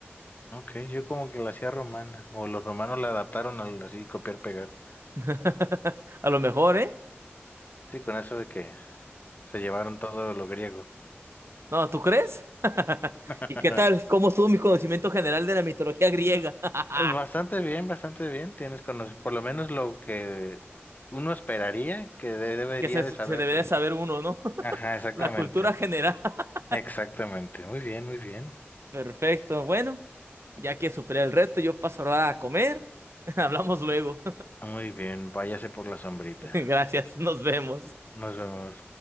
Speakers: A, on the left; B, on the right.
A: Ok, yo como que la hacía romana, o los romanos la adaptaron al así copiar pegar.
B: <laughs> A lo mejor, ¿eh?
A: Sí, con eso de que se llevaron todo lo griego.
B: No, ¿tú crees? <laughs>
A: <laughs>
B: ¿Y qué tal? ¿Cómo estuvo mi conocimiento general de la mitología griega? <laughs>
A: Bastante bien, bastante bien. Tienes conoc- por lo menos lo que uno esperaría que de- debería
B: que se, se
A: de saberse.
B: debe de saber uno, ¿no? <laughs>
A: Ajá, exactamente.
B: La cultura general. <laughs>
A: Exactamente. Muy bien, muy bien.
B: Perfecto. Bueno, ya que superé el reto, yo paso ahora a comer. <laughs> Hablamos luego.
A: Muy bien. Váyase por la sombrita.
B: <laughs> Gracias, nos vemos.
A: Nos vemos.